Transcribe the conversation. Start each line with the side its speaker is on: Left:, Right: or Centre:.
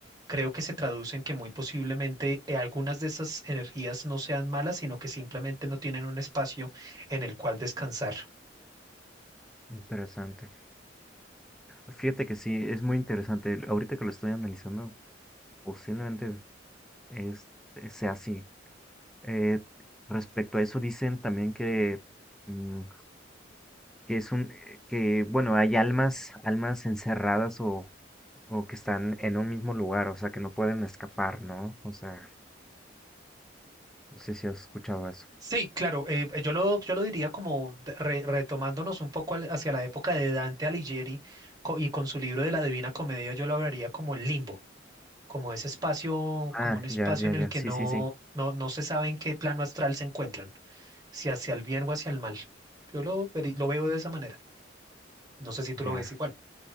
Right: creo que se traduce en que muy posiblemente eh, algunas de esas energías no sean malas, sino que simplemente no tienen un espacio en el cual descansar.
Centre: Interesante. Fíjate que sí, es muy interesante. Ahorita que lo estoy analizando, posiblemente es, eh, sea así. Eh, respecto a eso, dicen también que, mm, que es un, eh, que bueno, hay almas, almas encerradas o, o que están en un mismo lugar, o sea, que no pueden escapar, ¿no? O sea, no sé si has escuchado eso.
Right: Sí, claro, eh, yo lo, yo lo diría como de- re- retomándonos un poco al- hacia la época de Dante Alighieri co- y con su libro de la Divina Comedia, yo lo hablaría como el limbo, como ese espacio,
Centre: Ah,
Right: como un espacio
Centre: ya, ya,
Right: en
Centre: ya,
Right: el que
Centre: sí,
Right: no,
Centre: sí, sí,
Right: no, no se sabe en qué plano astral se encuentran, si hacia el bien o hacia el mal. Yo lo, veri- lo veo de esa manera. No sé si tú lo
Centre: ya.
Right: ves igual.